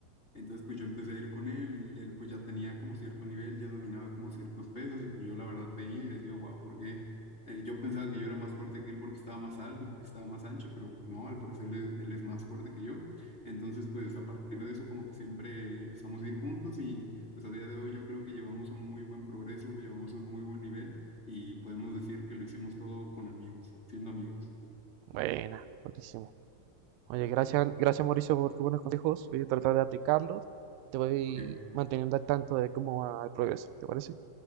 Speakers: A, on the left; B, on the right.
A: Entonces pues yo empecé a ir con él y él pues ya tenía como cierto nivel, ya dominaba como ciertos pesos y pues yo la verdad veía y decía, wow, ¿por qué eh, yo pensaba que yo era más fuerte que él porque estaba más alto y porque estaba más ancho, pero pues, no, al parecer él es, él es más fuerte que yo. Entonces, pues a partir de eso como que siempre empezamos a ir juntos y pues a día de hoy yo creo que llevamos un muy buen progreso, llevamos un muy buen nivel y podemos decir que lo hicimos todo con amigos, siendo amigos.
B: Buena, buenísimo. Oye,
A: <laughs>
B: gracias, gracias Mauricio por tus buenos consejos. Voy a tratar de aplicarlos y te voy
A: Ok,
B: manteniendo al tanto de cómo va el progreso. ¿Te parece?